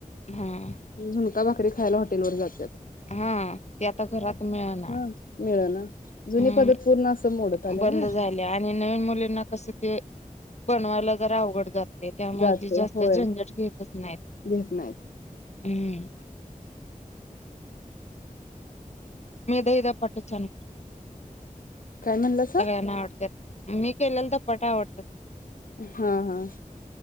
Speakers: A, on the left; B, on the left.
A: हां.
B: झुणका भाकरी खायला हॉटेल वर जात्यात.
A: हां. आ ते आता घरात मिळणा
B: हा मिळ ना जुनी
A: हम्
B: पद्धत पूर्ण असं मोडत आल्या
A: बंद
B: ना आता.
A: झाले आणि नवीन मुलींना कस ते बनवायला जरा अवघड जात. ते त्यामुळे
B: जाते
A: ते जास्त
B: होय
A: झंझट घेतच नाहीत
B: घेत नाहीत
A: हम्म.
B: <inaudible>
A: मी दही, धपाटे छान करते.
B: काय म्हणलं स
A: सगळ्यांना आवडत्या मी केलेला धपाटे आवडत.
B: हा हा.